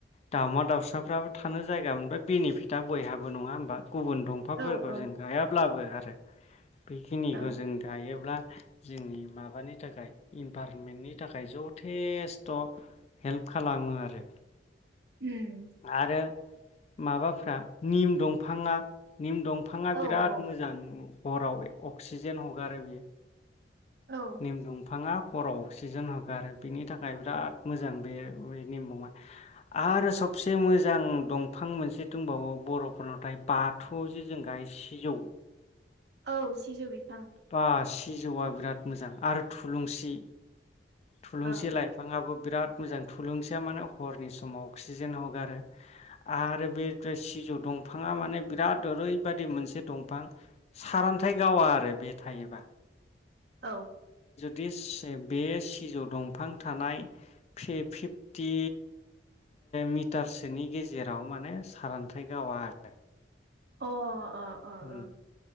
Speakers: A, on the left; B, on the right.
A: दावउमा दाउसाफ्राबो थानो जायगा मोनबाय बेनिफिटा बयहाबो नङा होमबा, गुबुन दंफांफोरखौ
B: ओ औ औ
A: जों गायाब्लाबो आरो बेखिनिखौ
B: औ
A: जों दायोब्ला, जोंनि माबानि थाखाय इनभारमेन्टनि थाखाय जथेस्थ' हेल्प खालामो आरो
B: उम
A: आरो माबाफ्रा निम दंफाङा निम दं फाङा
B: औ
A: बिराद
B: औ
A: मोजां, हराव अक्सिजेन हगारो बियो,
B: औ
A: निम दंफाङा, हराव अक्सिजेन होगो आरो बिनि थाखाय बिराद मोजां बे नेमबआ आरो सबसे मोजां दंफां मोनसे दंबावो बर'फोरनाव थायो बाथौआव जों गायो सिजौ,
B: औ सिजौ बिफां
A: बा सिजौआ बिराद मोजां आरो थुलुंसि, थुलुंसि
B: औ
A: लाइफाङाबो बिराद मोजां थुलुंसिया माने हरनि समाव अक्सिजेन हगारो आरो बे सिजौ दंफाङा माने बिराद ओरैबादि मोनसे दंफां सारन्थाइ गावा आरो बे थायोबा,
B: औ
A: दिस सेब बे सिजौ दंफां थानाय फिफटि मिटारसोनि गेजेराव माने सारन्थाइ गावा आरो
B: अ अ अ
A: उम
B: अ